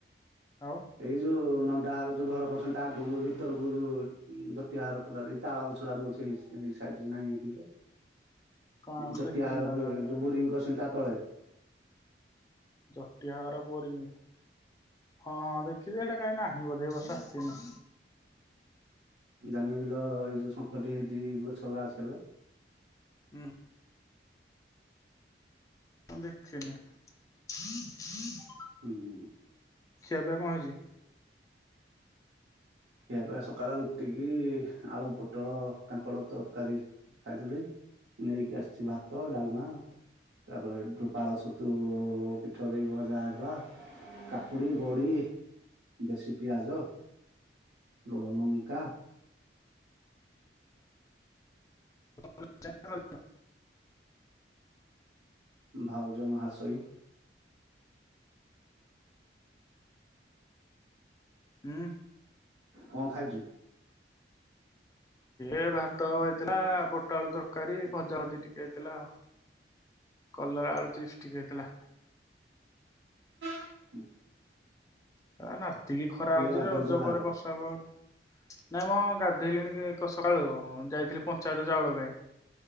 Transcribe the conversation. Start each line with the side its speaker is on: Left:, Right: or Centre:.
Left: ଆଉ
Right: ଏଇ ଯୋଉ ନ ଦାର ଯୋଉ ଘର କରଛନ୍ତି ତା ଆଗକୁ ଭିତରକୁ ଯୋଉ-ଉଁ ଜଟିଆ ଘର ପଦାରେ ତାଳ ଗଛୁଟା ଯୋଉ ଅଛି ହେଇ ହେ-ସାଇଡ୍ ରେ ନାହିଁ ହେଇଠି ଗୋଟେ।
Left: କଣ ମୁଁ
Right: ଜଟିଆଘର
Left: ଦେଖିନି ତାହେଲେ
Right: ବ-ଯୋଉ
Left: ଆଉ ସେରା
Right: ବୋରିଙ୍ଗ କରିଛନ୍ତି ତା ତଳେ।
Left: ଜଟିଆ ଘର ବୋରିଙ୍ଗ ହଁ ହଁ ଦେଖି ଯେ ହେଟା କାଇଁ ନାହିଁ ବୋଧେ ଏ ବର୍ଷ ଆସିନି।
Right: ଜାନି ବିଲ ଏଇ ଯୋଉ ଶଙ୍ଖଟି <unintelligible> ରାଜ୍ କଲେ।
Left: ଉଁ। <unintelligible> ଦେଖେନି <unintelligible>
Right: ହୁଁ ହୁଁ।
Left: ଖିଆ ପିଆ କଅଁ ହେଇଚି?
Right: ଖିଆ ପିଆ ସକାଳ ରୁଟିିକି ଆଳୁ ପୋଟଳ କାଙ୍କଡ ତରକାରୀ ଖାଇଥିଲି ନେଇକି ଆସିଚି ଭାତ ଡାଲମା ତାପରେ ପାଳ ଛତୁ ପିଠଉ ଦେଇକି ଭଜା ହେଇ ଥିଲା କାକୁଡି ବଢ଼ି ଦେଶୀ ପିଆଜ। ଲୁଣ ଲଙ୍କା।
Left: <unintelligible>
Right: ଭାଉଜ ମହାଶୟୀ।
Left: ହୁଁ।
Right: କଅଁ ଖାଇଚୁ?
Left: ଏ ଭାତ ହେଇଥିଲା ବୋଟଆଳୁ ତରକାରୀ ଭଜା ଭଜି ଟିକେ ହେଇଥିଲା ଆଉ। କଲରା ଆଳୁ ଚିପ୍ସ ଟିକେ ହେଇଥିଲା।
Right: ହୁଁ।
Left: ଆ ନାବ୍ ଏତିକି ଖରା ହଉଚି
Right: ଗାଧଉଛ
Left: ରଜ
Right: ତାହେଲେ
Left: ପରେ ବର୍ଷା ହବା କଥା। ନାଇଁ ମଁ ଗା ସେଇଲଣି କି-ସକାଳୁଉ। ହଁ ଯାଇଥିଲି ପଞ୍ଚାୟତ ଚାଉଳ ପାଇଁ।